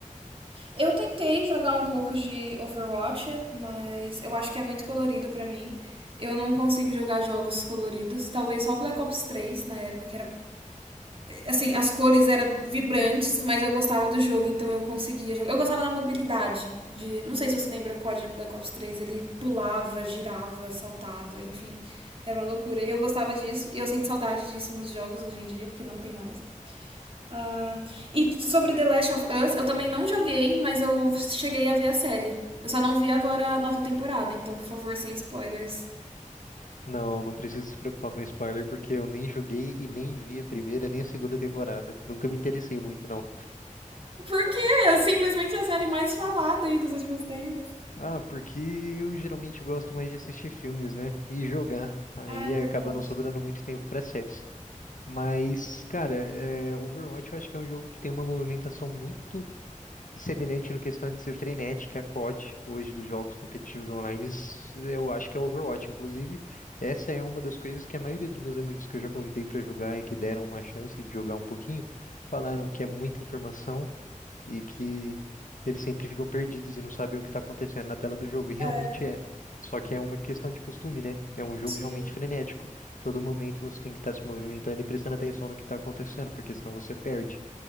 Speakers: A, on the right; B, on the left.
A: Eu tentei jogar um pouco de Overwatch, mas eu acho que é muito colorido pra mim. Eu não consigo jogar jogos coloridos. Talvez só o Black Ops três na época, que era assim, as cores eram vibrantes, mas eu gostava do jogo, então eu conseguia jogar. Eu gostava da mobilidade, de, não sei se você lembra o COD Black Ops três ele pulava, girava, saltava, enfim, era uma loucura. E eu gostava disso, e eu sinto saudade disso nos jogos hoje em dia, porque não tem mais. Ah, e sobre The Last of Us, eu também não joguei, mas eu cheguei a ver a série. Eu só não vi agora a nova temporada, então, por favor, sem spoilers.
B: Não, não precisa se preocupar com spoiler, porque eu nem joguei e nem vi a primeira nem a segunda temporada. Nunca me interessei muito, não.
A: Porque é simplesmente a série mais falada aí dos últimos tempos.
B: Ah, porque eu geralmente gosto mais de assistir filmes, né? E jogar. Aí
A: Ah, é verdade.
B: acaba não sobrando muito tempo para séries. Mas, cara, é, Overwatch eu acho que é um jogo que tem uma movimentação muito semelhante no questão de ser frenética, a COD, hoje dos jogos competitivos online, Isso eu acho que é Overwatch. Inclusive, essa é uma das coisas que a maioria dos meus amigos que eu já convidei para jogar e que deram uma chance de jogar um pouquinho, falaram que é muita informação, e que eles sempre ficam perdidos e não sabem o que está acontecendo na tela do jogo. E realmente
A: É,
B: é. Só que é uma questão de costume, né? É um jogo
A: sim.
B: realmente frenético. Todo momento você tem que estar se movimentando e prestando atenção no que está acontecendo, porque senão você perde.